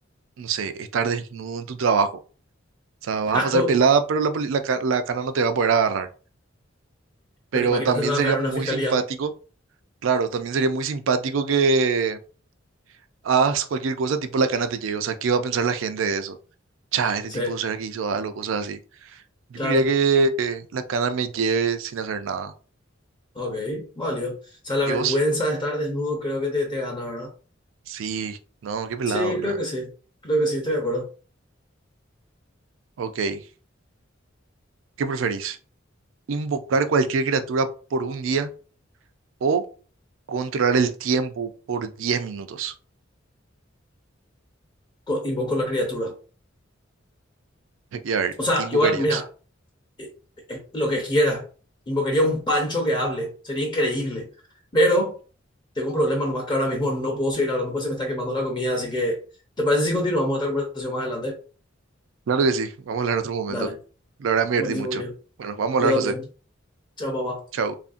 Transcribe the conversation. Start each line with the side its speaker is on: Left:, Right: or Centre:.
Right: no sé, estar desnudo en tu trabajo. O sea,
Left: Claro.
Right: vas a pasar pelada, pero la, poli- la, ca- la cana no te va a poder agarrar. Pero
Left: Pero imagínate
Right: también
Left: trabajar
Right: sería
Left: en
Right: muy
Left: una fiscalía.
Right: simpático, claro, también sería muy simpático que hagas cualquier cosa, tipo la cana te llegue. O sea, ¿qué va a pensar la gente de eso? Cha, este
Left: Sí,
Right: tipo será que hizo algo, cosas así. Yo
Left: claro.
Right: quería que eh, la cana me lleve sin hacer nada.
Left: Ok, válido. O sea, la
Right: ¿Y
Left: vergüenza
Right: vos?
Left: de estar desnudo creo que te, te gana, ¿verdad?
Right: Sí, no, qué pelado,
Left: Sí,
Right: boludo.
Left: creo que sí. Creo que sí, estoy de acuerdo.
Right: Ok, ¿qué preferís? ¿Invocar cualquier criatura por un día o controlar el tiempo por 10 minutos?
Left: Co- invoco la criatura.
Right: <laughs> Y a ver,
Left: O sea,
Right: ¿qué invocarías?
Left: igual, mira, eh, eh, lo que quiera. Invocaría un pancho que hable. Sería increíble. Pero tengo un problema nomás que ahora mismo no puedo seguir hablando, pues se me está quemando la comida. Así que, ¿te parece si continuamos esta conversación más adelante?
Right: Claro que sí, vamos a hablar en otro momento.
Left: Dale.
Right: La verdad me
Left: Buenísimo,
Right: divertí mucho.
Left: querido.
Right: Bueno, vamos a
Left: Yo
Right: hablar,
Left: también.
Right: José.
Left: Chao, papá.
Right: Chau.